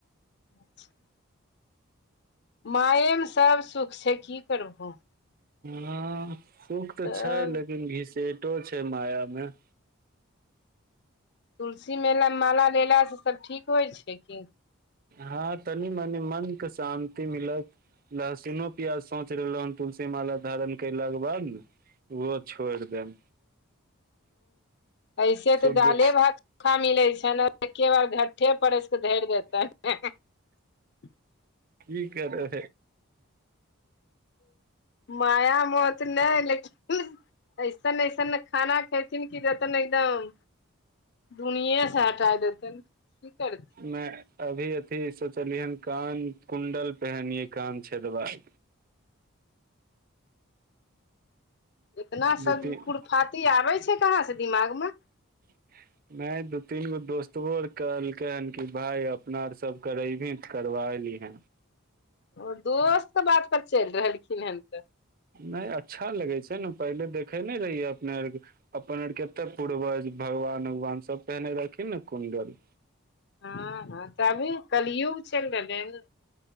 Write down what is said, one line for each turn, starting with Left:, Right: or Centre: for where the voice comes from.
Left: अच्छा मायामे सब सुख छै की करबहो
Right: ह सुख तऽ
Left: तब
Right: छै लेकिन घिसेटो छै माया मे
Left: तुलसी के माला लेलासँ सभ ठीक होइ छैय की
Right: हँ तनि मनी मन कऽ शान्ति मिलत लहसुनो प्याज सोच रहलो हन तुलसी माला धारण कलाक के बाद नऽ ओहो छोरि देब
Left: एसे
Right: शुद्ध
Left: तऽ दालि भात चोखे खाय नऽ मिलेत छयन एके बार झटठे परसिक धारि देयतनि। <unintelligible>
Right: कि करबे
Left: माया मोह तऽ नै लेकिन एसन एसन खाना खेथिन की लगतनि एकदम दुनिये स हटा हटा देतयेन की करथिन
Right: नेय अभी अथि सोचलिय हँ कान कुंडल पेहनिये कान छेदबा कऽ
Left: इतना
Right: दू
Left: सब
Right: तीन
Left: खुराफाती आबैय छैय कहा सऽ दिमागमऽ
Right: <unintelligible> नै दू तीन गो दोस्तबो आर कहलकै हऽ कि भााय अपना सब करेबही तऽ करबा लिहन
Left: ओ दोस्तक बात पर चलि रहलखिन ह तऽ
Right: नै अच्छा लगे छैय नऽ पहिले देखे नै रहियै अपना आरके अपना आरके। एतय पूर्वज भगवान उगवान सब पहिने रहथिन नऽ कुंडल।
Left: हँ हँ तऽ अभी कलियुग चलि रहलैय हन